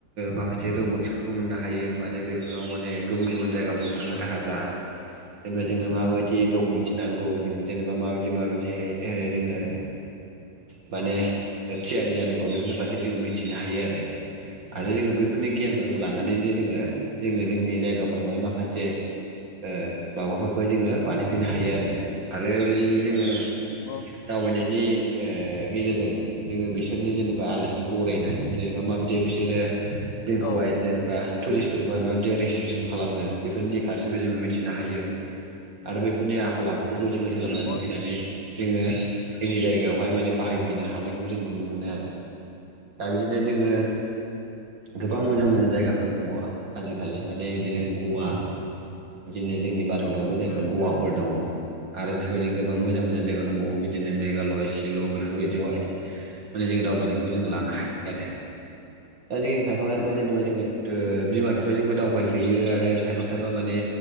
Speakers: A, on the right; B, on the left.
A: माखासे रोंगौथिफोरखौ मोननो हायो माने बैफोराव माने गुबुन गुबुन जायगाफ्राव थांनो
B: ओ
A: थाखायब्ला। जेनेबा जोंनो माबायदि डकुमेन्टस नांगौ जों जेनेबा माबायदि माबायदिहाय जोङो माने थियारि
B: उम
A: जानांगौ बेफोरनि फारसे जोङो मिथिनो हायो आरो आरो जोङो बैफोरनि गियानफोरखौ लानानैनो
B: उम नंगौ
A: जोङो जोङो जोंनि जायगाफोरावहाय माखासे ओ माबाफोर बेखौहाय जोङो बानायफैनो हायो आरो आरो बिदिनो जोङो
B: <unintelligible>
A: दावबायनायनि ओ गेजेरजों जोङो बिसोरनि जेनेबा आलासि बरायनाय जेनेबा माबायदि बिसोरो जोंखौहाय
B: औ
A: जेनेबा टुरिस्टफोरखौहाय माबायदि रिसिपसन खालामो बेफोरनि फारसेबो जोङो मिथिनो हायो।
B: उम
A: आरो बेफोरनि आखल आखुफोरखौ जोङो सोलोंनानै
B: नंगौ
A: फैनानै जोङो जोंनि जायगायावहाय माने बाहायफैनो हानायखौबो जों नुनो मोनो आरो दा बिदिनो जोङो गोबां मोजां मोजां जायगाफोर दङ आजिखालि माने बिदिनो गवा बिदिनो जोंनि भारतावबो जेनेबा
B: उम
A: गवाफोर दङ आरो बेफोरबायदिनो गोबां मोजां मोजां जायगा
B: उम
A: दंबावो बि बिदिनो मेघालय शिलं बेफोरबायदियावहाय माने जों दावबायनायखौ जोंङो लानो
B: उम
A: हायो। आरो दा जों खायफा खायफा
B: उम
A: जेनेबा जोङो दो बिमा बिफाजोंबो दावबायहोयो आरो खायफा खायफा माने